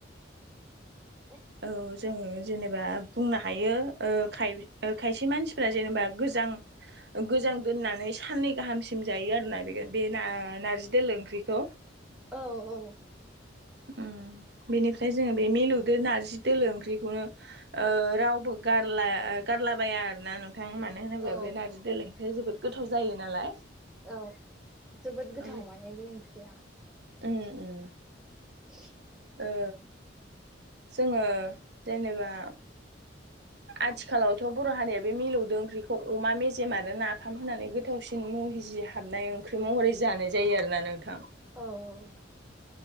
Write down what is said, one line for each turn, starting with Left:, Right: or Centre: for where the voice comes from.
Centre: औ।
Right: औ जोङो जेनेबा बुंनो हायोाय खायसे मानसिफ्रा जेनेबा गो मोजां गोजां दोननानै साननै गाहामसिम जायो आरोना बे बे नाय नारजि दोलो ओंख्रिखौ
Centre: औ औ।
Right: उम बेनिफ्राय जोङो बे मिलुदो नारजि दोलो ओंख्रिखौनो ओ रावबो गारला गारलाबाया आरो दोना नोंथां मानो होनोब्ला
Centre: औ
Right: बे नारजि दोलो ओंख्रिया जोबोद गोथाव जायो नालाय
Centre: औ जोबोद गोथाव
Right: औ
Centre: माने बे ओंख्रिया
Right: उम उम।
Centre: <unintelligible> <unintelligible>
Right: ओ जोङो जेनेबा आथिखालावथ' बर' हारिया बे मिलौदो ओंख्रिखौ अमा मेजेम आरो नाफाम होनानै गोथावसिन मुं जि हाबनाय ओंख्रि महरै जानाय जायो आरोोना नोंथां।
Centre: औ।